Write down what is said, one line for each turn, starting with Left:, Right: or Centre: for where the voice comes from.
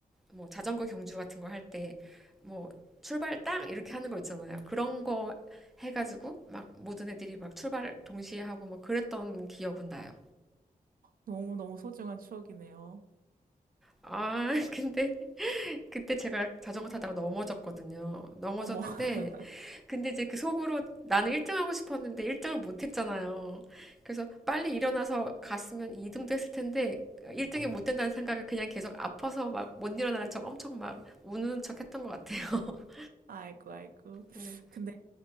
Centre: 뭐 자전거 경주 같은 거 할 때 뭐 출발 땅 이렇게 하는 거 있잖아요. 그런 거 해가지고 막 모든 애들이 막 출발 동시에 하고 막 그랬던 기억은 나요.
Right: 너무너무 소중한 추억이네요.
Centre: 아, <laughs> 근데 그때 제가 자전거 타다가 넘어졌거든요. 넘어졌는데
Right: 어머, <laughs>
Centre: 근데 이제 그 속으로 나는 1등 하고 싶었는데 1등을 못 했잖아요. 그래서 빨리 일어나서 갔으면 2등도 했을 텐데 1등이 못 된다는 생각을 그냥 계속 아파서 막 못 일어나는 척 엄청 막 우는 척 했던 것 같아요. <laughs>
Right: 아이고, 아이고.
Centre: 네.
Right: 근데